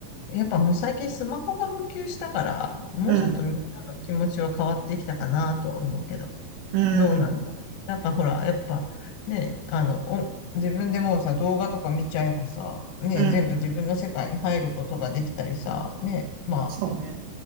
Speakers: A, on the left (about 85°); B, on the right (about 70°).
A: やっぱもう最近スマホが普及したから、もうちょっとみんなの気持ちは変わってきたかなとは思うけど、
B: うん、うん、
A: どうなのかな。なんかほら、やっぱね、あの、お自分でもうさ、動画とか見ちゃえばさ、ね、
B: うん。
A: 全部自分の世界に入ることができたりさ、ね、まあ、
B: そうね。